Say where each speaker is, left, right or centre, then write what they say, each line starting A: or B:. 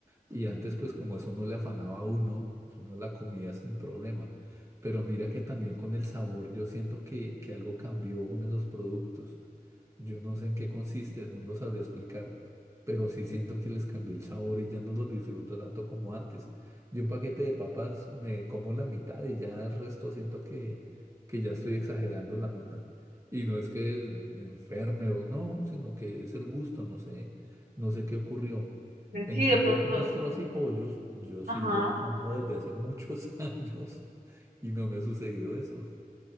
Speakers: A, on the right; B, on the right.
A: Y antes, pues como eso no le afanaba a uno, pues uno la comía sin problema. Pero mira que también con el sabor yo siento que, que algo cambió con esos productos. Yo no sé en qué consiste, no lo sabría explicar, pero sí siento que les cambió el sabor y ya no los disfruto tanto como antes. Yo un paquete de papas me como la mitad y ya el resto siento que, que ya estoy exagerando la nota. Y no es que me enferme o no, sino que es el gusto, no sé, no sé qué ocurrió.
B: Eh,
A: En
B: Sí,
A: cambio,
B: de pronto.
A: con los trocipollos, yo sí
B: Ajá.
A: los como desde hace muchos <laughs> años y no me ha sucedido eso.